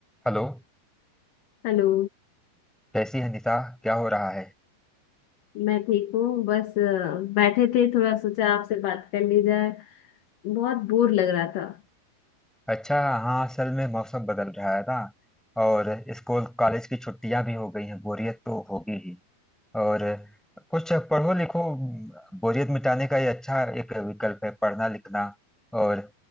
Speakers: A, in the centre; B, on the left (about 65°).
A: Hello
B: Hello
A: कैसी है निशा क्या हो रहा है
B: मैं ठीक हूँ बस अ, बैठे थे थोड़ा सोचा आपसे बात कर ली जाए बहुत बोर लग रहा था
A: अच्छा हाँ असल में मौसम बदल रहा है ना और स्कूल कॉलेज की छुट्टियां भी हो गई हैं बोरियत तो होगी ही और कुछ पढ़ो लिखो बोरियत मिटाने का ये अच्छा एक विकल्प है पढ़ना लिखना और